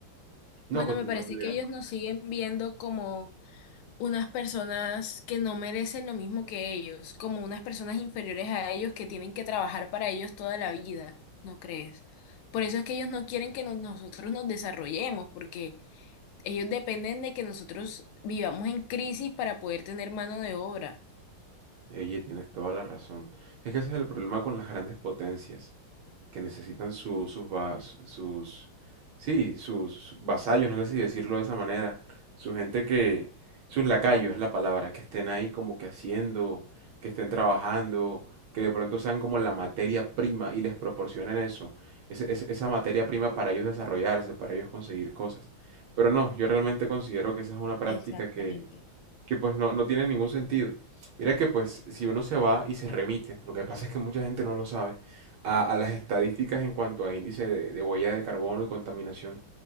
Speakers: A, on the right; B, on the left.
A: no,
B: bueno,
A: continúa
B: me parece
A: tu idea.
B: que ellos nos siguen viendo como unas personas que no merecen lo mismo que ellos, como unas personas inferiores a ellos que tienen que trabajar para ellos toda la vida, ¿no crees? Por eso es que ellos no quieren que no- nosotros nos desarrollemos, porque ellos dependen de que nosotros vivamos en crisis para poder tener mano de obra.
A: Oye, tienes toda la razón. Es que ese es el problema con las grandes potencias. que necesitan su- sus, va- sus, sí, sus vasallos, no sé si decirlo de esa manera, su gente que, sus lacayos es la palabra, que estén ahí como que haciendo, que estén trabajando, que de pronto sean como la materia prima y les proporcionen eso, ese- ese- esa materia prima para ellos desarrollarse, para ellos conseguir cosas. Pero no, yo realmente considero que esa es una práctica
B: Exactamente.
A: que, que pues no, no tiene ningún sentido. Mira que pues si uno se va y se remite, lo que pasa es que mucha gente no lo sabe, a, a las estadísticas en cuanto a índice de, de huella de carbono y contaminación,